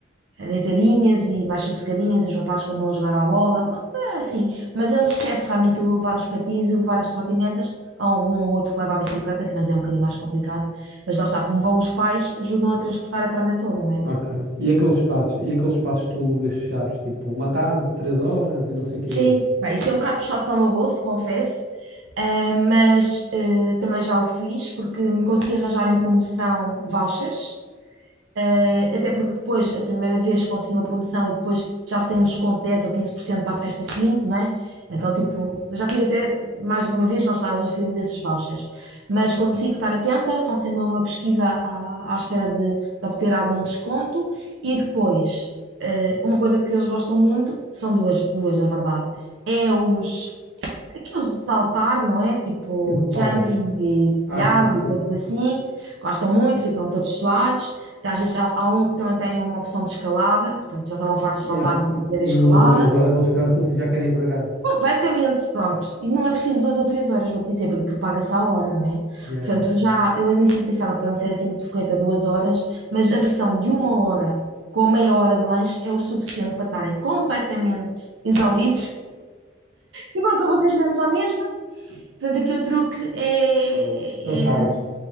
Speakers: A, on the right; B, on the right.
A: a deitadinhas e mais sossegadinhas, e os rapazes continuam a jogar à bola, pronto, é assim. Mas é um sucesso realmente o levar os patins e o levar as trotinetas. Há algum ou outro que leva a bicicleta, que mas é um bocadinho mais complicado. Mas lá está, como vão os pais, ajudam a transportar a tralha toda, não é?
B: Ok. E aqueles espaços, e aqueles espaços que tu alugas fechados, tipo uma tarde, três horas e não sei o quê,
A: Sim, pá, isso é um bocado puxado para o meu bolso, confesso, ah, mas ah, também já o fiz porque me consegui arranjar em promoção vouchers eh, até porque depois, a primeira vez consegui uma promoção e depois já se tem um desconto de 10 ou 15% para a festa seguinte, não é? Então, tipo, eu já fiz até mais do que uma vez, lá está, usufruindo desses vouchers. Mas consigo estar atenta, faço sempre uma pesquisa à, à espera de, de obter algum desconto e depois, eh, uma coisa que eles gostam muito, são duas, duas na verdade, é os Aqueles de saltar, não é? Tipo
B: insupeláveis.
A: jumping e
B: Ah,
A: yard
B: sim, sim,
A: e coisas
B: sim.
A: assim. Gostam muito, ficam todos suados. Às vezes há, há um que também tem uma opção de escalada, portanto já estavam fartos de
B: Yeah.
A: saltar, vão
B: E,
A: fazer
B: e
A: a escalada.
B: em duas ou três horas eles cansam-se e já querem ir para casa.
A: Completamente, pronto. E não é preciso duas ou três horas, vou-te dizer, porque aquilo paga-se à hora, não é?
B: Yeah,
A: Portanto,
B: yeah.
A: já, eu ao início pensava para não ser assim muito forreta, duas horas, mas a versão de uma hora com meia hora de lanche é o suficiente para estarem completamente exauridos. E pronto, eu vou fazer à mesma. Portanto, aqui o truque é,
B: Cansá-los.
A: é,